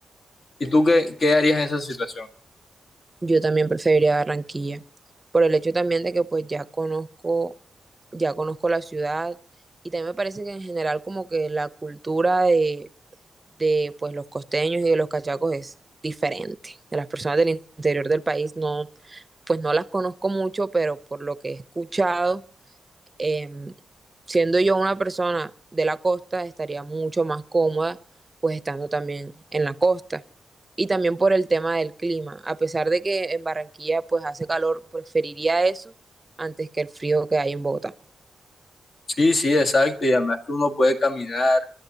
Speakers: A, on the left (about 55°); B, on the right (about 20°).
A: ¿Y tú qué, qué harías en esa situación?
B: Yo también preferiría Barranquilla, por el hecho también de que pues ya conozco, ya conozco la ciudad y también me parece que en general como que la cultura de de pues los costeños y de los cachacos es diferente. De las personas del interior del país no, pues no las conozco mucho, pero por lo que he escuchado, eh, siendo yo una persona de la costa, estaría mucho más cómoda pues estando también en la costa. Y también por el tema del clima. A pesar de que en Barranquilla pues hace calor, preferiría eso antes que el frío que hay en Bogotá.
A: Sí, sí, exacto. Y además que uno puede caminar